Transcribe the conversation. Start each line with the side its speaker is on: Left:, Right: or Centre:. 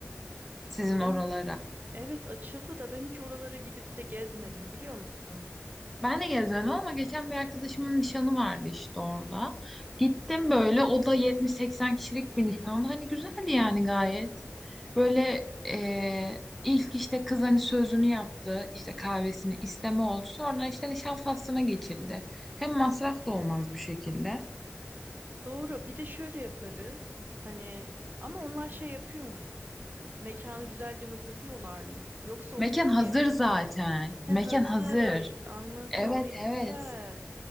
Centre: sizin
Right: Ben.
Centre: oralara.
Right: Evet açıldı da ben hiç oralara gidip de gezmedim biliyor musun?
Centre: Ben de gezendim ama geçen bir arkadaşımın nişanı vardı işte orada. Gittim böyle o da 70-80 kişilik bir nişandı. Hani güzeldi yani gayet. Böyle e, ilk işte kız hani sözünü yaptı işte kahvesini isteme oldu. Sonra işte nişan faslına geçildi. Hem masraf da olmaz bu şekilde.
Right: Doğru. Bir de şöyle yaparız. Hani ama onlar şey yapıyor mu? Mekanı güzelce hazırlıyorlar mı? Yoksa onu
Centre: Mekan
Right: biz
Centre: hazır
Right: mi yapıyoruz?
Centre: zaten.
Right: He
Centre: Mekan
Right: hazır.
Centre: Hazır.
Right: Anladım.
Centre: Evet
Right: E güzel.
Centre: evet.